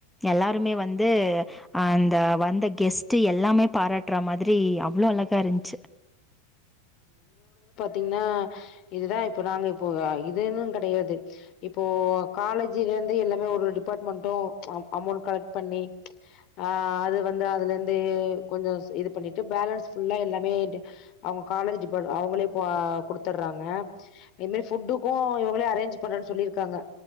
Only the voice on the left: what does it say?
தீங்னா இதுதா இப்ப நாங்க இப்போ அஹ் இதேன்னு கெடையாது இப்போ காலேஜிலர்ந் து எல்லாமே ஒரு டிபார்ட்மண்ட்டு அஹ் அமௌன்ட் கலெக்ட் பண்ணி ஆஹ் அது வந்து அதுல இருந்து கொஞ்ச இது பண்ணிட்டு பேலன்ஸ் ஃபுல்லா எல்லாமே டி அவ்ங்க காலேஜ் டிபார்ட் அவ்ங்களே இப்ப குடுத்தர்றாங்க அது மாரி ஃபுட்டுக்கு இவங்களே அரேஞ்ச் பண்றேன் சொல்லிருக்காங்க